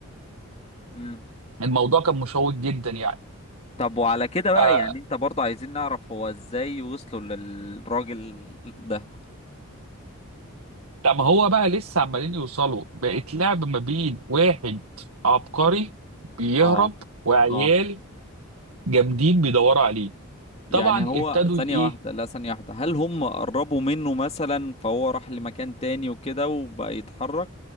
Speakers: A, on the left; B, on the right.
A: مم.
B: الموضوع كان مشوق جدا يعني
A: طب وعلى كده بقى
B: آه
A: يعني انت برضه عايزين نعرف هو ازاي وصلوا للراجل ده
B: طب هو بقى لسه عمالين يوصلوا بقت لعب ما بين واحد عبقري بيهرب
A: اه
B: وعيال
A: اه
B: جامدين بيدوروا عليه
A: يعني
B: طبعا
A: هو
B: ابتدوا
A: ثانية
B: ايه
A: واحدة لا ثانية واحدة هل هم قربوا منه مثلا فهو راح لمكان تاني وكده وبقى يتحرك